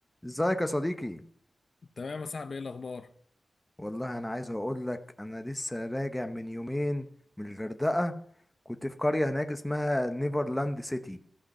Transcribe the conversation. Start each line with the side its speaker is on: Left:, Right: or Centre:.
Centre: ازيك يا صديقي
Left: تمام يا صاحبي ايه الاخبار
Centre: والله انا عايز اقول لك انا لسه راجع من يومين من الغردقه كنت في قريه هناك اسمها نيفرلاند سيتي